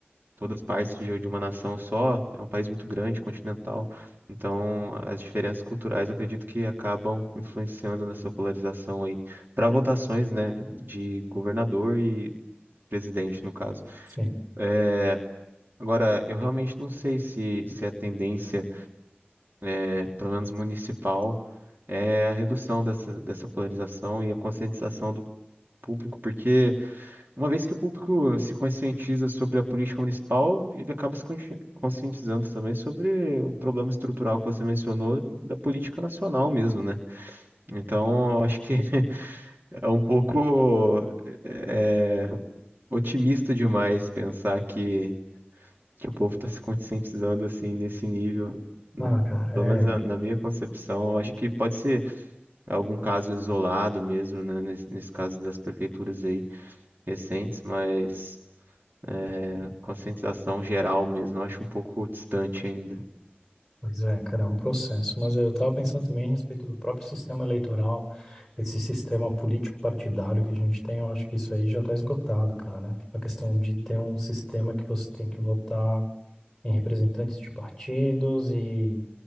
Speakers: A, on the right (about 55°); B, in the centre.
A: todas partes de, de uma nação só, é um país muito grande, continental. Então, as diferenças culturais, eu acredito que acabam influenciando nessa polarização aí para votações, né, de governador e presidente, no caso.
B: Sim.
A: É, agora, eu realmente não sei se, se é a tendência é, pelo menos municipal, é a redução dessa, dessa polarização e a conscientização do público, porque uma vez que o público se conscientiza sobre a política municipal, ele acaba se consci- conscientizando também sobre o problema estrutural que você mencionou da política nacional mesmo, né? Então, eu acho que <laughs> é um pouco é, otimista demais pensar que, que o povo está se conscientizando assim nesse nível, né?
B: Ah, cara,
A: Pelo
B: é.
A: menos na, na minha concepção, eu acho que pode ser algum caso isolado mesmo, né? Nesse, nesse caso das prefeituras aí recentes, mas é, conscientização geral mesmo, eu acho um pouco distante ainda.
B: Pois é, cara, é um processo. Mas eu estava pensando também a respeito do próprio sistema eleitoral, esse sistema político-partidário que a gente tem, eu acho que isso aí já está esgotado, cara. A questão de ter um sistema que você tem que votar em representantes de partidos e,